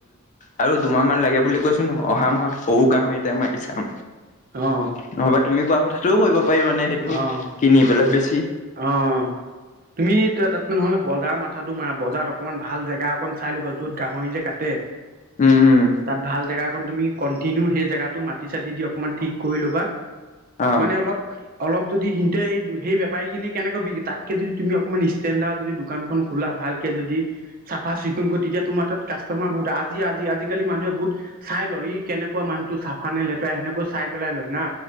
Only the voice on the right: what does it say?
অ
অ
অ তুমি ত- তাত নহ'লে বজাৰৰ মাথাাটো মাৰা বজাৰত অকণমান ভাল জেগা অকন চাই ল'ব যত গাহৰি যে কাটে!
তাত ভাল জেগা তুমি কন্টিনউ সেই জেগাটো মাটি চাি দি অকমান ঠিক কৰি ল'বা!
মানে অলপ অলপ যদি সি সেই বেপাৰী খিনি কেনেকৈ বিক তাতকে যদি তুমি অকনমান ষ্টেণ্ডাৰ যদি দোকানখন খোলা ভালকে যদি চাফা চিকুণ কৰি তেতিয়া তোমাৰ তাত কাষ্টমাৰ বহুত আজি আজি আজিালিানুহে বহুত চাই লয় ই কেনেুৱা মানুহটো চা নে লেতেৰা সেনেকৈ চাই পেলাই লয়। না